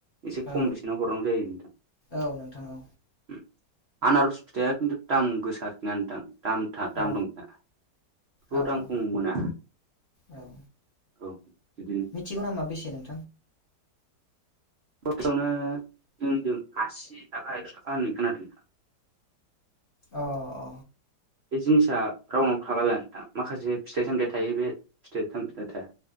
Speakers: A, on the right (about 60°); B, on the left (about 35°).
A: एसे
B: औ
A: खम बेसेनाव हरनांगौ जायो नोंथां।
B: औ नोंथां औ
A: उम आनारस फथायाया खिथु दाम गोसाो आरोखि नोंथां दामथ दाम
B: औ
A: दंथा बे
B: औ
A: दाम
B: औ
A: खम मोना
B: औ
A: औ बिदिनो
B: मिथिगौ नामा बेसे नों
A: फसआवनो जोंजों आसि थाखा एस' थाखा होननाय खोनादों नों <inaudible>
B: अ अ
A: बे जिनिसा रउनाव थलालोंथां माखासे फिथाइ सामथायाइ थायो बे फिथाइ सामथा थाया